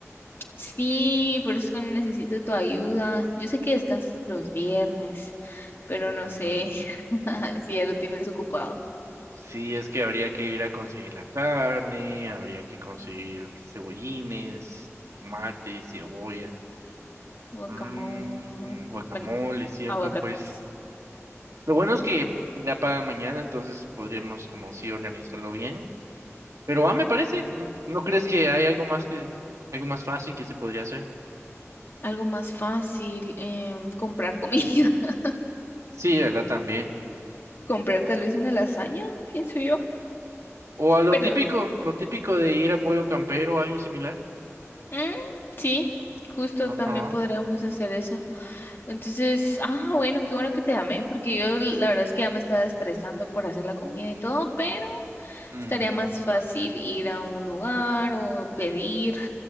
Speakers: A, on the left; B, on the right.
A: Sí, por eso necesito tu ayuda. Yo sé que descansas los viernes, pero no
B: Ujú.
A: sé <laughs> si ya lo tienes ocupado.
B: Sí, es que habría que ir a conseguir la carne, habría que conseguir cebollines, mate, cebolla,
A: Guacamole.
B: mm, guacamole,
A: Bueno,
B: ¿cierto?
A: aguacates.
B: Pues lo bueno es que ya para mañana, entonces podríamos como sí organizarlo bien. Pero ah, me parece, ¿n- ¿no crees que hay algo más que, algo más fácil que se podría hacer?
A: Algo más fácil, em, comprar comida. <laughs>
B: Sí, ¿verdad? También.
A: Comprar tal vez una lasaña, pienso yo.
B: O a lo
A: Pero,
B: típico, lo típico de ir a Pollo Campero o algo similar.
A: mm, sí, justo
B: Ajá.
A: también podríamos hacer eso. Entonces, ah, bueno, qué bueno que te llamé, porque yo la verdad es que ya me estaba estresando por hacer la comida y todo, pero
B: Mm,
A: Estaría más fácil ir a un lugar o pedir